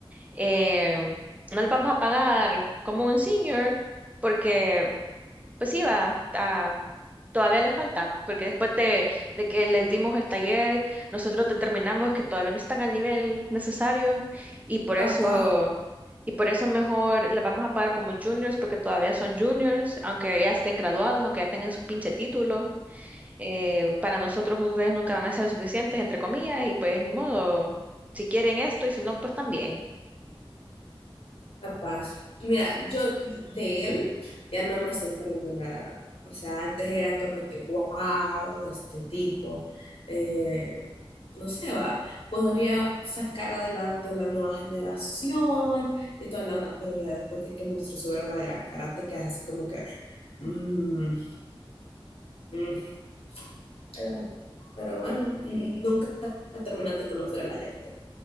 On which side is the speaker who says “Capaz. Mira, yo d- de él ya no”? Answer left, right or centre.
Left